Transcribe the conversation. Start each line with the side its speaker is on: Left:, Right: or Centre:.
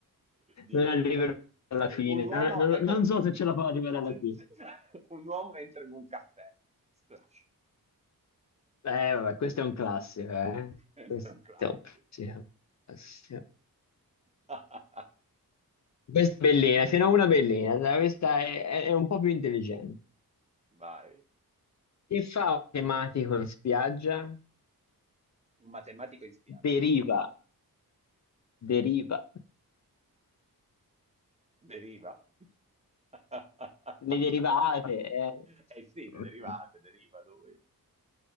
Right: Dio
Left: non arriverò
Right: mio.
Left: alla fine.
Right: Un uomo
Left: Non, non-
Right: è come...
Left: non so se ce la fa arrivare alla
Right: <laughs>
Left: fine.
Right: Un uomo entra in un caffè. Splash.
Left: Eh, vabbè, questo è un classico, eh.
Right: Questo
Left: Questo
Right: è un classico.
Left: è un classico. classico.
Right: <laughs>
Left: Questa è bellina, ce n'è una bellina. dai, Questa è, è- è un po' più intelligente.
Right: Vai.
Left: Che fa un tematico in spiaggia?
Right: Un matematico in spiaggia.
Left: Deriva, deriva.
Right: Deriva. <laughs> <laughs>
Left: Le derivate. eh.
Right: Eh sì,
Left: <laughs>
Right: le derivate, deriva lui. Eh,